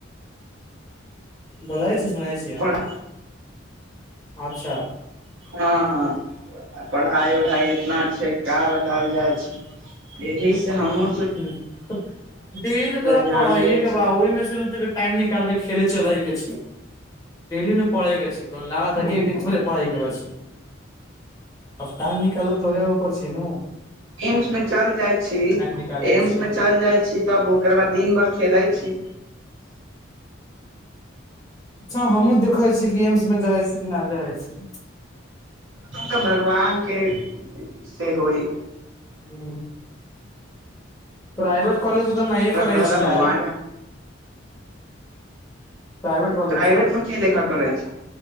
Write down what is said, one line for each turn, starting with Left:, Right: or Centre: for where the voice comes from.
Left: बोलैय छी सुनै छियै हम
Right: पढ़
Left: अच्छा
Right: हँ हँ पढ़ाई उढ़ाइ इतना छै का कायल जाइ छै एहि से हमु
Left: ह तऽ दे तऽ डैली तऽ तोरा
Right: ध्यान
Left: पढ़ाइए
Right: दै
Left: के
Right: छै
Left: बा ओहि मे टाइम निकाल के खेले चलए हके छी डेली ने पढ़ <unintelligible> इ गेल छी लागा की एकदिन छोड़ पढ़ाइ के बछि अब टाइम निकाल तोरेऽ उपर छै ने
Right: एम्स मे चल जाइ छी
Left: निकालै
Right: एम्स
Left: छै
Right: मे चल जाइ छी तब ओकर बाद दिन भर खेलै छी
Left: अच्छा हमु देखै छीयै कि एम्स मे जाइ छीयै कि नहि जाय छी
Right: हम तऽ भगवान के से होइ
Left: हू प्राइवेट कॉलज तऽ नहिए करै
Right: कहलक
Left: छै शायद
Right: भगवान
Left: प्राइवेट कॉलेज
Right: प्राइवेट
Left: से
Right: मे के लेखा करै छै